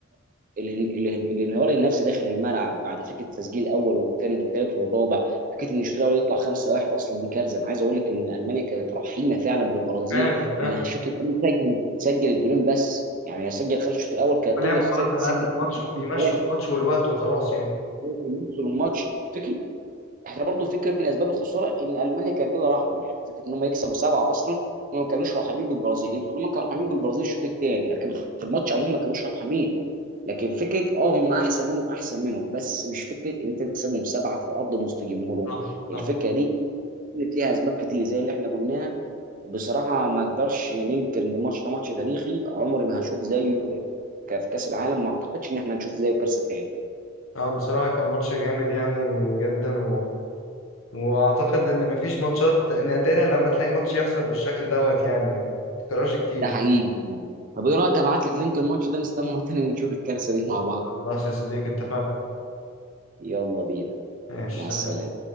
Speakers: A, on the right; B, on the left.
A: الان- الان- الانهيار النفسي داخل الملعب بعد فكره التسجيل الاول والثاني والثالث والرابع فكره ان الشوط الاول يطلع 5-1 اصلا دي كارثه انا عايز اقول لك ان المانيا كانت رحيمه فعلا بالبرازيل
B: فعلا فعلا
A: انها الشوط الثاني سجل سجل الجولين بس يعني هي سجل خمس الشوط الاول كانت
B: هما لعبوا
A: تقدر تس-
B: خلاص
A: تسجل
B: على قد الماتش
A: خمسة في
B: وبيمشوا
A: الشوط الثاني
B: الماتش والوقت وخلاص يعني
A: يوصلوا الماتش فكره احنا برضو فكره من اسباب الخساره ان المانيا كانت بلا رحمه يعني فكره ان هم يكسبوا سبعه اصلا هم ما كانوش رحمين بالبرازيل يمكن هم كانوا رحمين بالبرازيل الشوط الثاني لكن في الماتش عموما ما كانوش رحمين لكن فكره اه هم احسن منهم احسن منهم بس مش فكره ان انت تكسبهم سبعه في ارض وسط جمهورهم
B: صح صح
A: الفكره دي كانت ليها اسباب كتير زي اللي احنا قلناها بصراحه ما اقدرش ننكر ان الماتش ده ماتش تاريخي عمري ما هشوف زيه ك- في كاس العالم ما اعتقدش ان احنا هنشوف زيه كارثه تاني
B: اه بصراحة كان ماتش جامد يعني جدا واعتقد ان مفيش ماتشات ان نادرا لما تلاقي ماتش يحصل بالشكل دوت يعني ما تكررش كتير
A: ده حقيقي طب ايه رايك ابعت لك لينك الماتش ده نستمع تاني ونشوف الكارثه دي مع بعض
B: خلاص يا صديقي اتفقنا
A: يلا بينا
B: ماشي
A: مع
B: سلام
A: السلامه